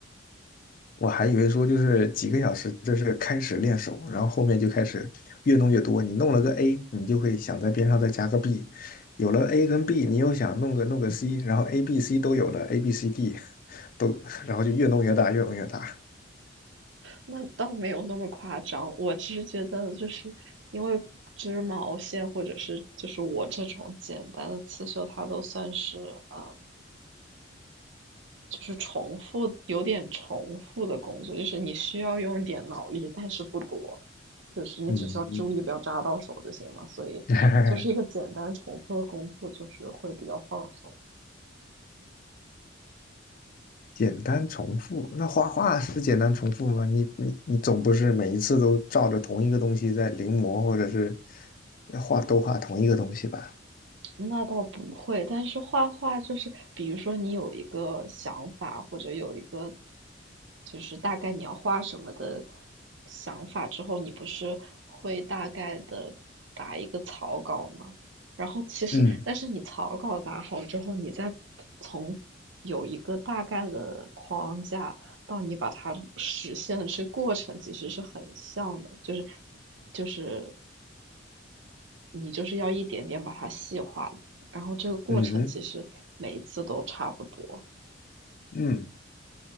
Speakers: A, on the left (about 45°); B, on the right (about 70°).
A: 我还以为说就是几个小时，这是开始练手，然后后面就开始越弄越多。你弄了个 A，你就会想在边上再加个 B，有了 A 跟 B，你又想弄个弄个 C，然后 A、B、C 都有了，A、B、C、D <laughs> 都，然后就越弄越大，越弄越大。
B: 那倒没有那么夸张，我只是觉得就是因为织毛线或者是就是我这种简单的刺绣，它都算是呃。就是重复，有点重复的工作，就是你需要用一点脑力，但是不多，就是你只需要注意不要扎到手就行嘛。
A: 嗯，
B: 所以就是一个简单重复的工作，
A: <laughs>
B: 就是会比较放松。
A: 简单重复，那画画是简单重复吗？你你你总不是每一次都照着同一个东西在临摹，或者是画都画同一个东西吧？
B: 那倒不会，但是画画就是，比如说你有一个想法，或者有一个就是大概你要画什么的想法之后，你不是会大概的打一个草稿吗？然后其实，
A: 嗯
B: 但是你草稿打好之后，你再从有一个大概的框架到你把它实现的这个过程，其实是很像的，就是就是你就是要一点点把它细化，然后这个过程其实每一次都差不多。
A: 嗯哼嗯。